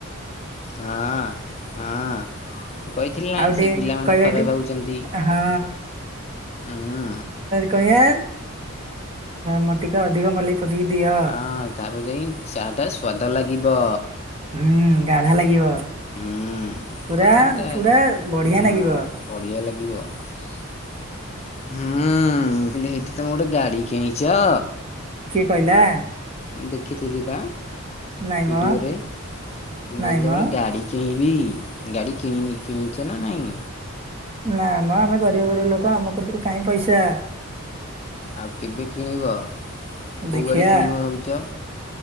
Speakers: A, on the left (about 30°); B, on the right (about 25°).
A: ହଁ, ହଁ। କହିଥିଲି ନା
B: ଆଉ ଟିକେ
A: ସେ ପିଲାମାନେ
B: କହିବା
A: ଖରାପ
B: ଟି
A: ଭାବୁଛ ନ୍ତି।
B: ହଁ
A: ଉଁ
B: କହିଆ ମୋର ଟିକେ ଅଧିକ ମଲେଇ ପ୍ ପକେଇକ ଦିଅ।
A: ଆଁ, ତାପରେ ଯାଇ ଚା ଟା ସ୍ଵାଦ ଲାଗିବ।
B: ହୁଁ, ଗାଢା ଲାଗିବ।
A: ହୁଁ।
B: ପୁରା
A: ତଥାପି ତା
B: ପୁରା ବଢିଆ
A: ହଁ
B: ନାଗିବ
A: ବଢ଼ିଆ ଲାଗିବ। ହୁଁ, ମୁଁ କହିଲି ଏଠି ତମେ ଗୋଟେ ଗାଡି କିଣିଛ?
B: କିଏ କହିଲା?
A: ମୁଁ ଦେଖିଥିଲି ବା
B: ନାଇଁ
A: ଭିଡିଓରେ
B: ମ
A: ତମେ
B: ନାଇଁ
A: କହିଥିଲେ
B: ମ
A: ଗୋଟେ ଗାଡ଼ି କିଣିବି ଗାଡ଼ି କିଣିିନି କିଣିଛ ନା ନାଇଁ?
B: ନା ମ ଆମେ ଗରିବ ଗରିବ ଲୋକ ଆମ କତିରୁ କାଇଁ ପଇସା।
A: ଆଉ କେବେ କିଣିବ, କୋଉ
B: ଦେଖିଆ
A: ଗାଡ଼ି କିଣିବ ଭାବିଛ?